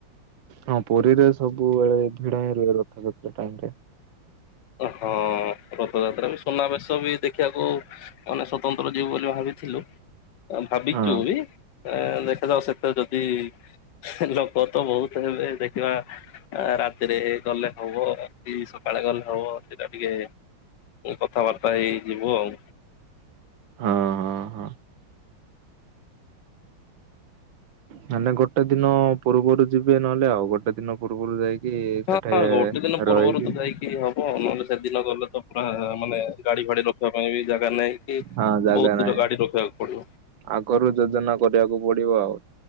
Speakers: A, on the right; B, on the left.
A: ହଁ ପୁରୀରେ ସବୁବେଳେ ଭିଡ ହିଁ ରୁହେ ରଥଯାତ୍ରା ଟାଇମ ରେ।
B: ହଁ ହ ରଥଯାତ୍ରା ବି ସୁନାବେଶ ବି ଦେଖିବାକୁ ମାନେ ସ୍ୱତନ୍ତ୍ର ଯିବୁ ବୋଲି ଭାବି ଥିଲୁ। ଭାବିଛୁ
A: ହଁ
B: ଯିବୁ ବୋଲି ଏ ଦେଖାଯାଉ ସେତା ଯଦି ହେଁ ଲ ପୁଅ ତ ବହୁତ ହେବେ ଦେଖିବା ରାତିରେ ଗଲେ ହବ କି ସକାଳେ ଗଲେ ହେବ ସେଇଟା ଟିକେ କଥାବାର୍ତ୍ତା ହେଇ ଯିବୁ ଆଉ।
A: ହଁ ହଁ ହଁ। ମାନେ ଗୋଟେ ଦିନ ପୂର୍ବରୁ ଯିବେ ନହେଲେ ଆଉ ଗୋଟେ ଦିନ ପୂର୍ବରୁ ଯାଇକି ସେଠେ
B: ହଁ ଗୋଟେ ଦିନ ପୂର୍ବରୁ
A: ରହିକି
B: ତ ଯାଇକି ହବ ନହଲେ ସେଦିନ ଗଲେ ତ ପୁରା ମାନେ ଗାଡି ଗାଡି ରଖିବା ପାଇଁ ବି ଜାଗା ନାଇଁ କି
A: ହଁ ଜାଗା
B: ବହୁତ
A: ନାହିଁ
B: ଦୂର ଗାଡି ରଖିବାକୁ ପଡିବ।
A: ଆଗରୁ ଯୋଜନା କରିବାକୁ ପଡିବ ଆଉ।